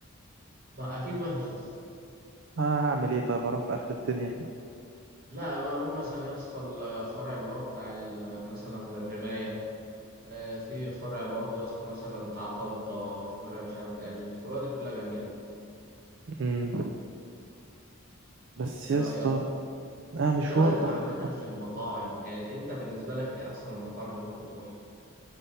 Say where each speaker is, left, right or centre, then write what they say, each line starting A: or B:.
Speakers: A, on the right; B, on the right.
A: بقى اكيد وحش يا اسطى
B: آه هعمل ايه طيب هروح في آخر الدنيا
A: لا بقى اروح مثلا يا اسطى الفرع اللي هو بتاع ال- مثلا الرماية آه، في فرع برضو يا اسطى مثلا بتاع طنطا في فرع مش عارف بتاع الفروع دي كلها جميلة
B: مم. بس
A: ايه
B: يا
A: رأيك
B: اسطى
A: ايه
B: آه مشوار
A: رأيك
B: برضه
A: عامة في المطاعم يعني انت بالنسبة لك ايه احسن المطاعم اللي ممكن تروحها